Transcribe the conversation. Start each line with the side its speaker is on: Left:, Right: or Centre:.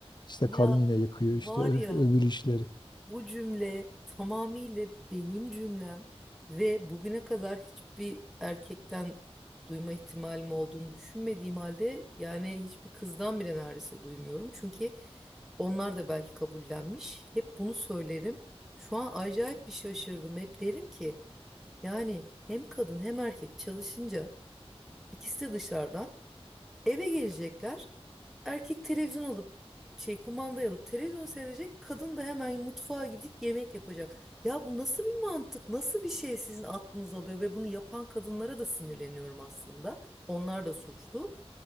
Left: işte
Centre: Ya
Left: kadın yine yıkıyor
Centre: var
Left: işte ö-
Centre: ya
Left: öbür işleri.
Centre: bu cümle tamamıyla benim cümlem ve bugüne kadar hiçbir erkekten duyma ihtimalim olduğunu düşünmediğim halde yani hiçbir kızdan bile neredeyse duymuyorum. Çünkü onlar da belki kabullenmiş. Hep bunu söylerim. Şu an acayip bir şaşırdım. Hep derim ki yani hem kadın hem erkek çalışınca ikisi de dışarıdan eve gelecekler. Erkek televizyon alıp şey kumandayı alıp televizyon seyredecek. Kadın da hemen mutfağa gidip yemek yapacak. Ya bu nasıl bir mantık? Nasıl bir şey sizin aklınız alıyor ve bunu yapan kadınlara da sinirleniyorum aslında. Onlar da suçlu.